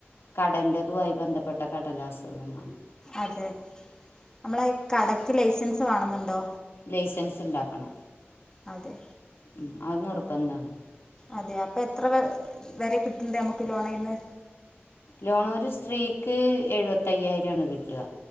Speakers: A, on the left; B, on the left.
A: കടൻറതുമായി ബന്ധപ്പെട്ട കടലാസുകളുമാണ്
B: അതെ നമ്മളെ കടക്ക് ലൈസൻസ് വേണെന്നണ്ടോ
A: ലൈസൻസ് ഉണ്ടാക്കണം
B: അതെ
A: ഉ അത് നിർബന്താണ്
B: അതെ അപ്പൊ എത്ര വ വരെ കിട്ടണ്ട നമ്മുക്ക് ലോണയിന്ന്
A: ലോണ ഒരു സ്ത്രീക്ക് എഴുപത്തയ്യായിരംണ് കിട്ടുക